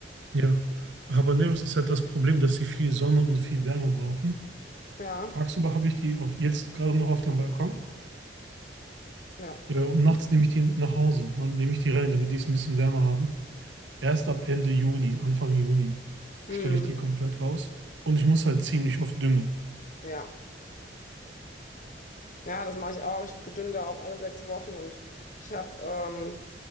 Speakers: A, on the right (about 80°); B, on the left (about 45°).
A: Ja. Bei Habaneros ist halt das Problem, dass sie viel Sonne und viel Wärme brauchen.
B: Ja,
A: Tagsüber habe ich die auf, jetzt gerade noch auf dem Balkon.
B: ja.
A: Ja, und nachts nehme ich die nach Hause. Dann nehme ich die rein, damit die es ein bisschen wärmer haben. Erst ab Ende Juni, Anfang Juni,
B: Mm,
A: stelle ich die komplett raus. Und ich muss halt ziemlich oft düngen.
B: ja. Ja, das mache ich auch. Ich gedüng da auch alle sechs Wochen und ich habe ähm,